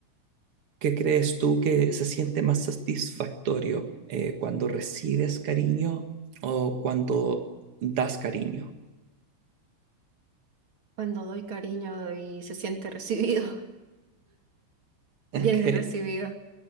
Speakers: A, on the right (about 85°); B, on the right (about 35°).
A: ¿qué crees tú que se siente más satisfactorio eh, cuando recibes cariño o cuando das cariño? <laughs>
B: Cuando doy cariño y se siente recibido,
A: Ok.
B: <laughs> bien recibido,